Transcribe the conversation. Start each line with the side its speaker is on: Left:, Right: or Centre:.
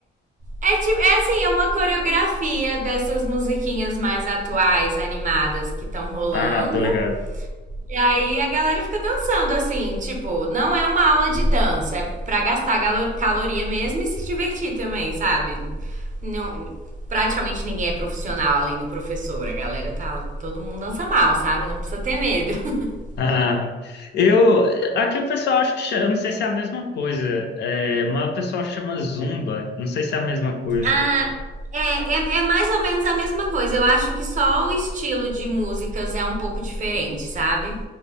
Right: É, é, tipo, é assim, é uma coreografia dessas musiquinhas mais atuais, animadas que estão rolando.
Left: Ah, tô ligado. <laughs>
Right: E aí a galera fica dançando assim, tipo, não é uma aula de dança, é pra gastar galo- caloria mesmo e se divertir também, sabe? Não, praticamente ninguém é profissional além do professor, a galera tá, todo mundo dança mal, sabe? Não precisa ter medo. <laughs>
Left: Ah, eu, aqui o pessoal acha que chama, eu não sei se é a mesma coisa, é, mas o pessoal chama Zumba, não sei se é a mesma coisa.
Right: Ah, é, é, é mais ou menos a mesma coisa. Eu acho que só o estilo de músicas é um pouco diferente, sabe?